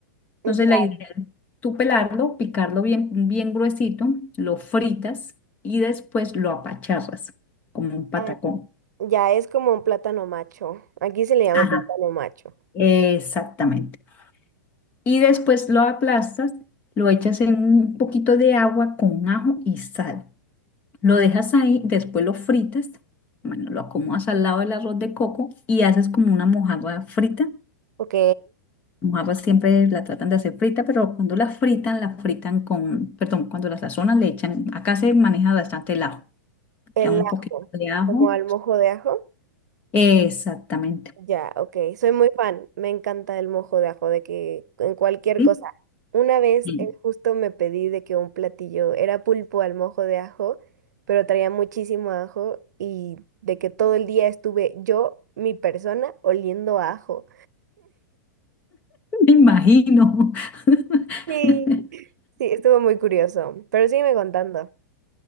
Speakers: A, on the left (about 15°); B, on the right (about 65°).
A: Entonces
B: Ya,
A: la idea es tú pelarlo, picarlo bien, bien gruesito, lo fritas y después lo apacharras, como un patacón.
B: ah, ya es como un plátano macho. Aquí se le llama
A: Ajá,
B: plátano macho.
A: exactamente. Y después lo aplastas, lo echas en un poquito de agua con ajo y sal. Lo dejas ahí, después lo fritas, bueno, lo acomodas al lado del arroz de coco y haces como una mojarra frita
B: Ok.
A: Los arroz siempre la tratan de hacer frita, pero cuando la fritan, la fritan con, perdón, cuando la sazonan le echan, acá se maneja bastante el ajo,
B: El
A: echan un poquito
B: ajo,
A: de ajo.
B: como al mojo de ajo.
A: Exactamente.
B: Ya, ok. Soy muy fan. Me encanta el mojo de ajo, de que en cualquier
A: Sí,
B: cosa. Una vez
A: sí,
B: eh, justo me pedí de que un platillo era pulpo al mojo de ajo, pero traía muchísimo ajo y de que todo el día estuve yo, mi persona, oliendo a ajo.
A: Me imagino. <laughs>
B: Sí. Sí, estuvo muy curioso. Pero sígueme contando.